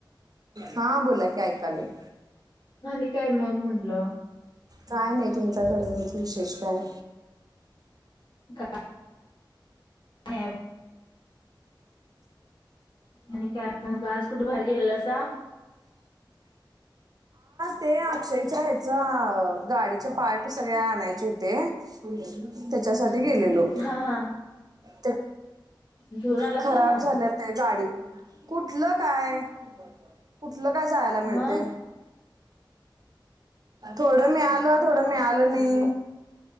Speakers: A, on the right; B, on the left.
A: हा बोला कि ऐकालोय
B: आणि काय मग म्हटलं
A: काय नाही तुमच्याकडेच विशेष काय
B: का नाही आणि काय मग आज कुठे बाहेर गेलेलासा
A: ते अक्षयच्या आहेत गाडीचे पार्ट सगळे आणायचे होते त्याच्यासाठी गेलेलो
B: हा हा
A: ते
B: घेऊन आलासा
A: खराब
B: मग
A: झाल्यात आहे गाडी कुठलं काय कुठलं काय जायला मिळतंय
B: मग
A: थोडं मिळालं थोडं मिळालं नाही